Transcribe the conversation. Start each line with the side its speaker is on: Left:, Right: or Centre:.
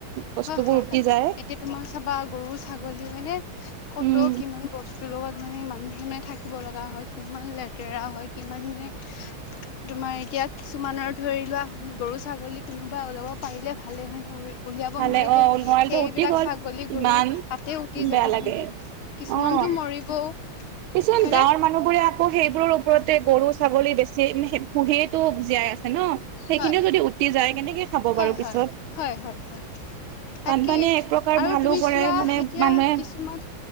Right: বস্তুবোৰ
Left: হয়, হয়,
Right: উটি
Left: হয়,
Right: যায়
Left: এতি তোমাৰ চাবা গৰু ছাগলী হয়নে? ক'ত
Right: উম
Left: কিমান বস্তুৰ লগত মানে <unintelligible> থাকিব লগা হয়, কিমান লেতেৰা হয় কিমান মানে তোমাৰ এতিয়া কিছুমানৰ ধৰি লোৱা, গৰু-ছাগলী কোনোবাই ওলাব পাৰিলে ভালে হয় নে? উলিয়াব
Right: ভালে
Left: নোৱাৰিলে
Right: অ নোৱাৰিলেটো
Left: সেইবিলাক
Right: উটি গ'ল
Left: ছাগলী
Right: ইমান
Left: গৰু তাতে উটি
Right: বেয়া
Left: যাব
Right: লাগে
Left: হয়নে? কিছুমানটো
Right: অ
Left: মৰিবও।
Right: কিছুমান
Left: হয়নে
Right: গাঁৱৰ মানুহবোৰে আকৌ সেইবোৰৰ ওপৰতে গৰু-ছাগলী বেছি পুহিয়েটো জীয়াই আছে ন'? সেইখিনিও
Left: হয়
Right: যদি উটি যায় কেনেকে খাব
Left: হয়
Right: বাৰু পিছত।
Left: হয় হয় হয় হয় তাকেই
Right: বানপানীয়ে এক প্ৰকাৰ
Left: আৰু
Right: ভালো
Left: তুমি
Right: কৰে
Left: চোৱা
Right: মানে
Left: এতিয়া
Right: মানুহে
Left: কিছুমান